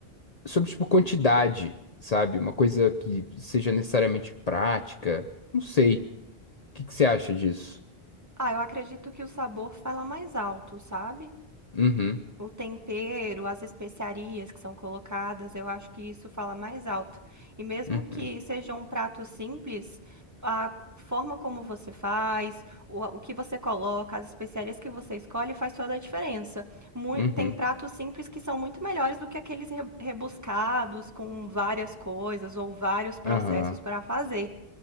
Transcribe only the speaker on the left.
sobre, tipo, quantidade, sabe? Uma coisa que seja necessariamente prática. Não sei. O que que você acha disso?
Uhum,
uhum,
uhum,
aham.